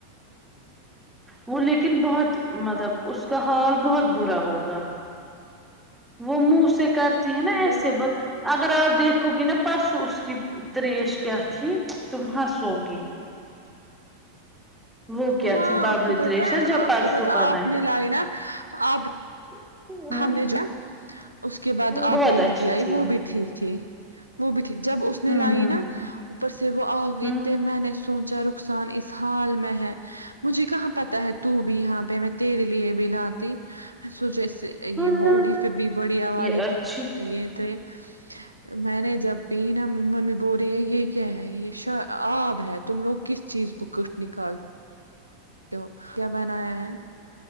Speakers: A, in the centre; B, on the right (about 85°).
A: وہ لیکن بہت مطلب اس کا حال بہت برا ہوگا وہ منہ سے کرتی ہے نا ایسے
B: بہت
A: بت اگر آپ دیکھو گی نا پرسوں اس کی تریش کیا تھی تم ہنسو گی وہ کیا
B: ہاں
A: تھی بابل
B: آپ کو پتا
A: تریش نا
B: ہے
A: جب
B: آپ
A: پرسوں
B: کو پتا
A: بنا
B: آپ نے لائی نا آپ
A: ہے
B: ہم نے جو ہے اس کے بعد آپ
A: بہت
B: لوگوں
A: اچھی
B: کی آئی
A: تھی
B: وہ بھی ٹھیک تھی وہ بھی تھی جب اس نے
A: ہوں
B: لائی
A: ہوں
B: نا اوپر سے وہ آ گئی
A: ہوں
B: تے میں نے سوچا رخسان اس حال میں ہے مجھے کہاں پتا ہے تو بھی یہاں پہ میں تیرے لیے بھی لاتی سوچا اس سے یہ
A: اللہ
B: ہوگی پھر بھی بڑھیا والی
A: یہ اچھی
B: یہ تھے میں نے جب پینا ممی بول رہی ہے یہ کیا ہے یہ شرآب ہے تم لوگ کس چیز کو کٹ نکالتے ہو کیا بنایا ہے